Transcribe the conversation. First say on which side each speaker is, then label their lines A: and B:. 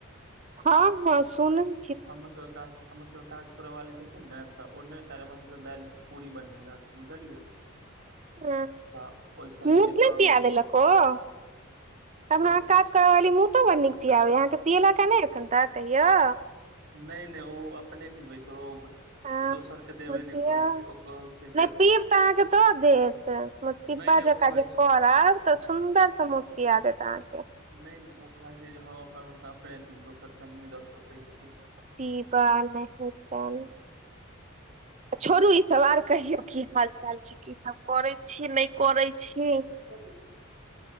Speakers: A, on the right (about 30°); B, on the right (about 50°).
A: हँ हँ सुनैय
B: <unintelligible> हमर सबके काज करैवाली छथिन ने तऽ ओने क सबके दालि पूरी बनेन बुझलियै
A: ह
B: तऽ ओहि संगे
A: मूत नहि
B: आम
A: पिया देलक ओ अहाँ कऽ
B: कथी
A: काज करऽ वाली मूतो बड़ नीक पियाबे अहाँके पियेलक ह ने एखन तक कहिया
B: नहि नहि ओ अपने पीबै छै ओ
A: हँ
B: दोसर के देबे
A: बुझियौ
B: नहि करै छै ओ कहै छै
A: नहि
B: जे
A: पीब तऽ अहाँके द देत पिब्बा
B: नहि नहि
A: जकाँ
B: ओ कहै
A: जे करब तऽ सुन्दर से पिया देत अहाँके
B: नहि नहि ओ कहै छै जे हने दोसर के हम नहि दऽ सकैत छीयै
A: कटिहार नहातन छोड़ू ई सबव आर कहियौ की हाल चाल छै की सब करै छी नहि करै छी
B: ब <unintelligible>